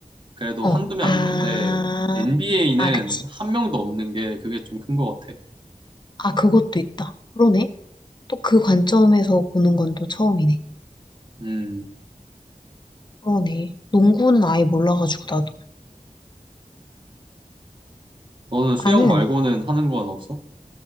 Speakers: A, on the right; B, on the left.
A: 그래도
B: 어,
A: 한두 명
B: 아,
A: 있는데 NBA는
B: 아, 그치.
A: 한 명도 없는 게 그게 좀 큰 것 같아.
B: 아, 그것도 있다. 그러네. 또 그 관점에서 보는 건 또 처음이네.
A: 음,
B: 그러네. 농구는 아예 몰라가지고, 나도.
A: 너는 수영
B: 나는
A: 말고는 하는 건 없어?